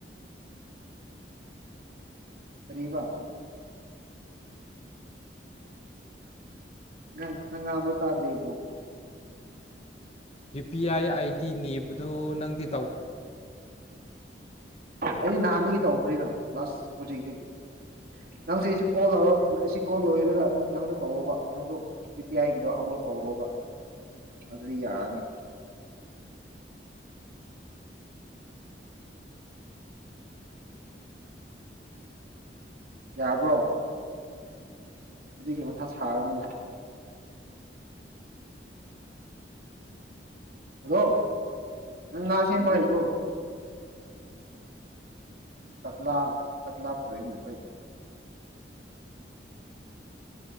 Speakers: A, on the right (about 60°); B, on the left (about 35°).
A: ꯀꯔꯤꯕꯥ ꯅꯪ‌ ꯉꯥꯡꯕ ꯇꯥꯗꯔꯤ ꯕꫭ
B: U P I I D ꯅꯤꯕꯗꯨ ꯅꯪꯗꯤ
A: ꯑꯩꯗꯤ ꯅꯍꯥꯟꯗꯒꯤ ꯇꯧꯈ꯭ꯔꯦꯅ ꯂꯥꯁ ꯄ꯭ꯔꯣꯖꯦꯛꯇꯒꯤ ꯅꯪꯁꯦ ꯑꯩꯁꯤ ꯀꯣꯜ ꯂꯧꯔ ꯑꯩ ꯀꯣꯜ ꯂꯣꯏꯔꯒ ꯅꯪꯁꯨ ꯇꯧꯕ ꯅꯪꯁꯨ ꯌ ꯄꯤ ꯑꯥꯏꯒꯤꯗꯣ ꯑꯞꯂꯣꯗ ꯇꯧꯔꯣꯕ ꯑꯗꯨꯗꯤ ꯌꯥꯔꯅꯤ ꯌꯥꯔꯕ꯭ꯔꯣ ꯍꯧꯖꯤꯛꯀꯤ ꯃꯊꯥ ꯁꯥꯔꯅꯨ ꯍꯜꯂꯣ ꯅꯪ ꯉꯥꯁꯦꯝꯕꯥ ꯍꯩꯕꯔꫭ ꯀꯠꯂ ꯀꯠꯂ ꯄꯨꯔꯅ ꯀꯣꯏ